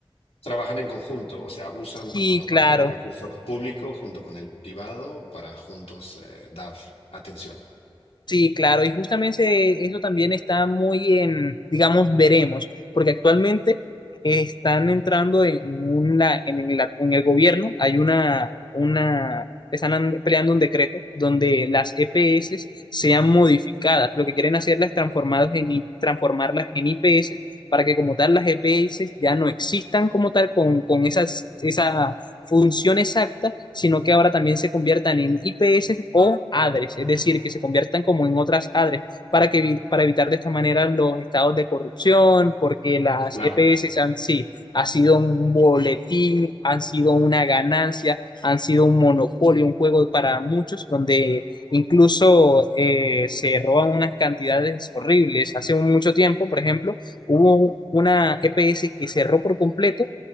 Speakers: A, on the left; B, on the left.
A: Trabajan en conjunto, o sea, usan
B: Sí,
A: como la parte
B: claro.
A: del recurso público junto con el privado para juntos eh, dar atención.
B: Sí, claro, y justamente eso también está muy en, digamos, veremos, porque actualmente eh, están entrando en, una, en, la- en el gobierno, hay una, una, están an- peleando un decreto donde las EPS sean modificadas, lo que quieren hacerlas transformadas en, I- transformarlas en IPS para que como tal las EPS ya no existan como tal con, con esas, función exacta, sino que ahora también se conviertan en IPS o ADRES, es decir, que se conviertan como en otras ADRES para, que, para evitar de esta manera los estados de corrupción, porque las
A: Claro,
B: EPS han, sí, ha sido un boletín, han sido una ganancia, han sido un monopolio, un juego para muchos, donde incluso eh, se roban unas cantidades horribles. Hace mucho tiempo, por ejemplo, hubo una EPS que cerró por completo